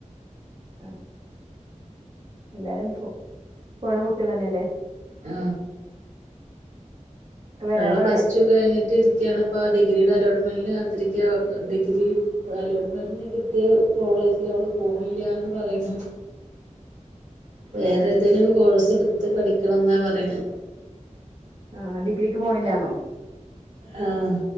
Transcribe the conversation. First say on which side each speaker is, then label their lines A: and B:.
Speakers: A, on the right; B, on the right.
A: ആഹ് എല്ലാരും പോ പോണ കുട്ടിയേളന്നെ ലേ.
B: ആ
A: ഒക്കെ വരാറായോ
B: ഒരാള് പ്ലസ് ടൂ കഴിഞ്ഞി ട്ടിരിക്കാണ് ഇപ്പ ആ ഡിഗ്രീടെ അലോട്ട്മെന്റിന് കാത്തിരിക്കുവാ ഡിഗ്രി അലോട്ട്മെന്റിന് കിട്ടിയ കോളേജില് അവള് പോണില്ല്യാന്ന് പറയുന്നു വേറേ
A: ആഹ് ശരി
B: ഏതേലും കോഴ്സെടുത്ത് പഠിക്കണോന്നാ പറയണെ
A: ആഹ് ഡിഗ്രിക്ക് പോണില്ലാന്നോ
B: ആഹ്